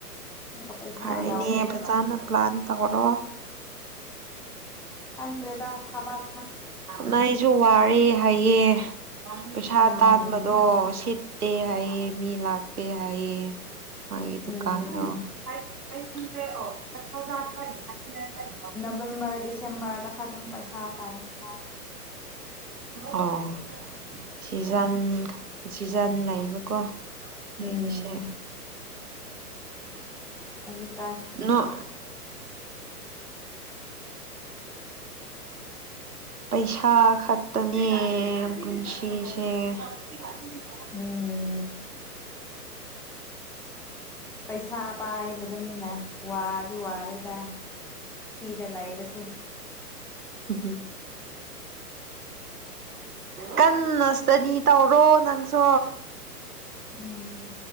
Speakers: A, in the centre; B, on the right.
A: ꯑꯃꯨꯛꯀ ꯄꯩꯁꯥ
B: ꯐꯔꯦꯅꯦ
A: ꯂꯥꯎꯕ
B: ꯑꯗꯨꯗ
A: ꯈꯣꯏ
B: ꯍꯥꯟꯅꯥ ꯄ꯭ꯂꯥꯟ ꯇꯧꯔꯣ
A: ꯑꯪꯗ꯭ꯔꯦꯗ ꯙꯕꯛ
B: ꯅꯥꯏꯖꯨ ꯋꯥꯔꯦ ꯍꯥꯏꯌꯦ ꯄꯩꯁꯥ
A: ꯎꯝ
B: ꯇꯥꯟꯕꯗꯣ ꯁꯤꯠ ꯇꯦ ꯍꯥꯏꯌꯦ ꯃꯤ ꯂꯥꯛꯇꯦ ꯍꯥꯏꯌꯦ ꯃꯥꯒꯤ ꯗꯨꯀꯥꯟꯗꯣ
A: ꯎꯝ
B: ꯐꯥꯏꯚ ꯐꯥꯏꯚ ꯍꯟꯗ꯭ꯔꯦ ꯑꯣ five thousand five five hundred five
A: November ꯗꯤꯁꯦꯝꯕꯔꯗ ꯈꯇꯪ ꯄꯩꯁꯥ ꯄꯥꯝꯃꯦ <unintelligible>
B: ꯑꯣ ꯁꯤꯖꯟꯈ ꯁꯤꯖꯟ ꯂꯩꯕꯀꯣ ꯑꯩꯒꯤꯁꯦ
A: ꯎꯝ ꯑꯜꯂꯤꯞ
B: ꯅꯣ ꯑ ꯄꯩꯁꯥ ꯈꯛꯇꯅꯦ ꯄꯨꯟꯁꯤꯁꯦ <unintelligible>
A: ꯎꯝ.. ꯄꯩꯁꯥ ꯄꯥꯏꯕꯗꯅꯤꯅꯦ ꯋꯥꯗꯤ ꯋꯥꯔꯦꯗ ꯁꯤꯗ ꯂꯩꯕꯁꯨ
B: ꯎꯝꯍꯨꯝ ꯀꯟꯅ ꯏ꯭ꯁꯇꯗꯤ ꯇꯧꯔꯣ ꯅꯪꯁꯨ
A: ꯎꯝ